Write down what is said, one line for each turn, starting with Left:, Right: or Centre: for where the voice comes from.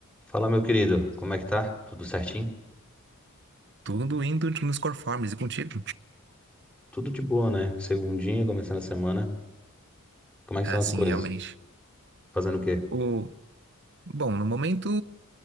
Centre: Fala, meu querido, como é que tá? Tudo certinho?
Right: Tudo indo nos conformes e contigo?
Centre: Tudo de boa, né? Segundinha, começando a semana. Como é que
Right: Ah,
Centre: estão as
Right: sim,
Centre: coisas?
Right: realmente.
Centre: Fazendo o quê?
Right: O... Bom, no momento,